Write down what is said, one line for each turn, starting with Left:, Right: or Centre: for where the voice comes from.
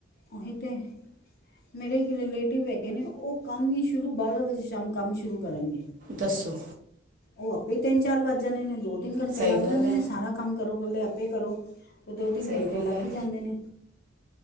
Left: ਔਹੀ ਤੇ ਮੇਰੇ ਇੱਕ ਰਿਲੇਟਿਵ ਹੈਗੇ ਨੇ ਔ ਕੰਮ ਹੀ ਸ਼ੁਰੂ ਬਾਰਾਂ ਵਜੇ ਸ਼ਾਮ ਕੰਮ ਸ਼ੁਰੂ ਕਰਨਗੇ।
Right: ਦੱਸੋ
Left: ਔ ਆਪੇ ਤਿੰਨ ਚਾਰ ਵੱਜ ਜਾਂਨੇ ਨੇ। ਦੋ-ਤਿੰਨ ਘੰਟੇ
Right: ਸਹੀ
Left: ਲੱਗ
Right: ਗੱਲ
Left: ਜਾਂਨੇ
Right: ਹੈ
Left: ਨੇ ਸਾਰਾ ਕੰਮ ਕਰੋ ਕੱਲੇ ਆਪੇ ਕਰੋ। ਦੋ-ਤਿੰਨ
Right: ਸਹੀ
Left: ਘੰਟੇ
Right: ਗੱਲ
Left: ਲੱਗ
Right: ਹੈ
Left: ਹੀ ਜਾਂਦੇ ਨੇ।